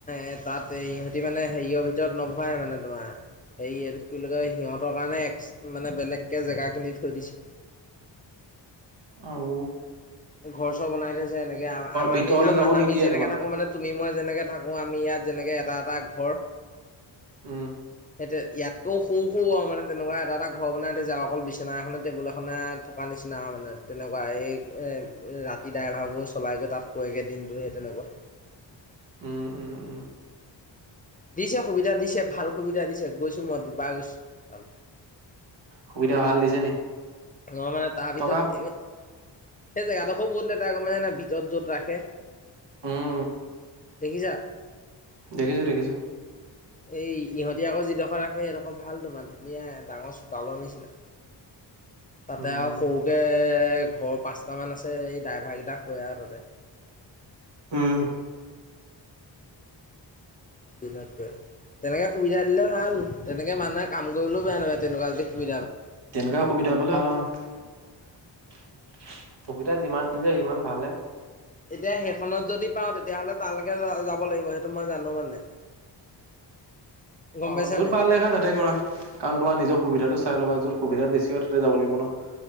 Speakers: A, on the left; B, on the right.
A: এ তাত এই ইহঁতি মানে হেৰিয়ৰ ভিতৰত নভৰাই মানে, তোমাৰ হেৰি কি বুলি কয় সিহঁতক মানে এক্স মানে বেলেগকে জেগাখিনি থৈ দিছে।
B: আউ
A: ঘৰ চৰ বনাই থৈছে এনেকে আম আমানি
B: ভিতৰলে
A: আম আমাৰ
B: যাব
A: আম আমি
B: নিদিয়ে
A: যেনেকে
B: তোমাক
A: থাকোঁ মানে <unintelligible> নি মই যেনেকে থাকোঁ আমি ইয়াত যেনেকে এটা এটা ঘৰ
B: উম,
A: এতে ইয়াতটোও সৰু সৰু আৰু মানে তেনেকুৱা এটা এটা ঘৰ বনাই থৈছে আৰু অকল বিচনা এখনে টেবুল এখনে থকা নি চিনা মানে তেনেকুৱা এই এহ এহ ৰাতি ড্ৰাইভাৰবোৰ চলাই যে তাত শুৱেগে দিনটো সেই তেনেকুৱা।
B: উম, উম, উম,
A: দিছে সুবিধা দিছে ভাল সুবিধা দিছে গৈছো মই দুবাৰ গৈছোঁ।
B: সুবিধা ভাল দিছে নি?
A: অ', মানে তাৰ ভিতৰত
B: টকা
A: এই সেই জেগাটো খুব বহুত লেতেৰা আকৌ মানে <unintelligible> ভিতৰত যত ৰাখে।
B: উম
A: দেখিছা?
B: দেখিছোঁ, দেখিছোঁ।
A: এই ইহঁতি আকৌ যিডোখৰ ৰাখে সেইডোখৰ ভাল তোমাৰ ধুনীয়া ডাঙৰ চোতালৰ নিচিনা।
B: <inaudible>
A: তাতে
B: উম
A: আৰু সৰুকে এহ ঘৰ পাঁচটামান আছে এই ড্ৰাইভাৰ কেইটা শুৱে আৰু তাতে।
B: হুম,
A: দিনততে, তেনেকে সুবিধা দিলে ভাল তেনেকে মানুহে কাম কৰিলেও বেয়া নাপায় তেনেকুৱা যদি সুবি
B: তেনেকুৱা সুবিধা পালে <unintelligible> সুবিধা যিমান
A: সেইটো
B: যে সিমান ভালহে।
A: এতিয়া সেইখনত যদি পাওঁ তেতিয়াহ'লে তালৈকে যা-যাব লাগিব সেইটো মই জানোঁ মানে। গম
B: অ',
A: পাইছা
B: য'ত
A: নাই
B: ভাল দেখা তাতে কৰা, কাৰণ তোমাৰ নিজৰ সুবিধাটো চাই ল'বা য'ত সুবিধা বেছি হয় তাতে যাব লাগিব ন'।